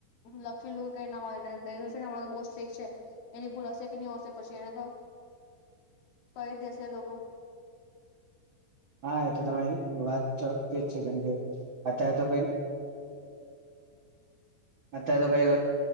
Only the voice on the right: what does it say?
હા એ તો તમારી વાત તો તેજ છે જેમ કે અત્યારે તો કોઈ અત્યારે તો